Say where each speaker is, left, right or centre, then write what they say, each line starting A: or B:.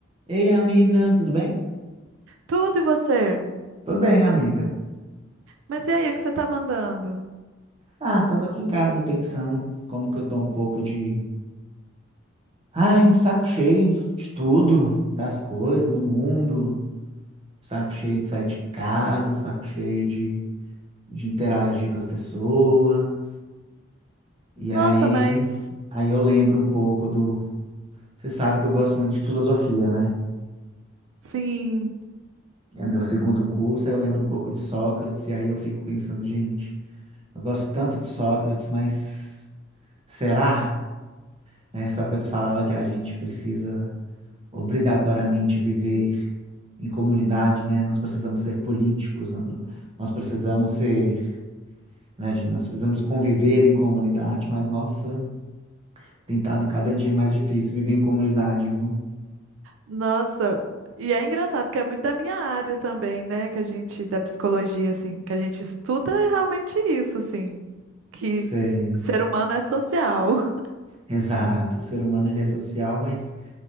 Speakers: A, on the right (about 25°); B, on the right (about 80°).
A: Ei, amiga, tudo bem?
B: Tudo e você?
A: Tô bem, amiga.
B: Mas e aí, o que você tá mandando?
A: Ah, tava aqui em casa pensando como que eu tô um pouco de, ai, de saco cheio de tudo, das coisas, do mundo, saco cheio de sair de casa, saco cheio de, de interagir com as pessoas. E aí,
B: Nossa, mas
A: aí eu lembro um pouco do, você sabe que eu gosto muito de filosofia, né?
B: sim,
A: É meu segundo curso, aí eu lembro um pouco de Sócrates e aí eu fico pensando, gente, eu gosto tanto de Sócrates, mas será? né? Sócrates falava que a gente precisa obrigatoriamente viver em comunidade, né? Nós precisamos ser políticos, nós nós precisamos ser, né, gente? Nós precisamos conviver em comunidade, mas nossa, tem estado cada dia mais difícil viver em comunidade, viu?
B: nossa. E é engraçado que é muito da minha área também, né? Que a gente, da psicologia, assim, que a gente estuda é realmente isso, assim, que
A: Sei,
B: o ser humano é social. <laughs>
A: exato. O ser humano ele é social, mas